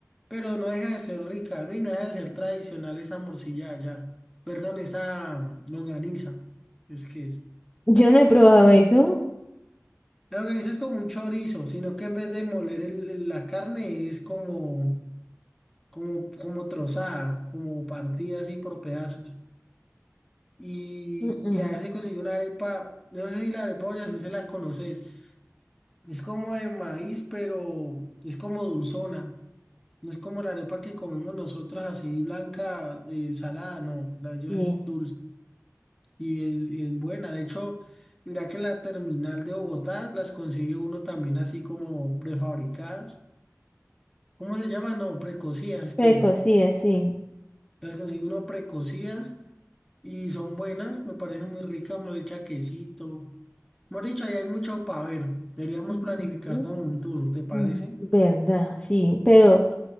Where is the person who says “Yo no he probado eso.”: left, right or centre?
Left